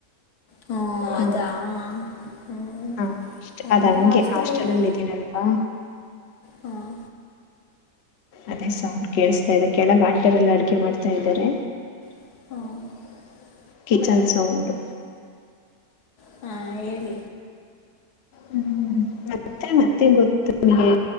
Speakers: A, on the left; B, on the left.
A: ಹಾ
B: ಹ್ಮ
A: ಅದಾ ಹ್ಞೂ
B: ಅ ಅಷ್ಟ್
A: ಒಂದೇ
B: ಅದಂಗೆ
A: ಹಾಸ್ಟೆಲಲ್ಲಿ
B: ಹಾಸ್ಟೆಲ್ ಅಲ್ಲಿ ಇದ್ದೀನಲ್ವಾ?
A: ಹಾಂ
B: ಅದೇ ಸೌಂಡ್ ಕೇಳಿಸತಾ ಇದೆ ಕೆಳಗ್ ಆಂಟೆರೆಲ್ಲ ಅಡ್ಗೆ ಮಾಡ್ತಾ ಇದಾರೆ.
A: <inaudible>
B: Kitchen sound.
A: ಹಾ ಹೇಳಿ
B: ಹ್ಮ್ ಮತ್ತೆ ಮತ್ತೆನ್ ಗೊತ್ತ ನಿಮ್ಗೆ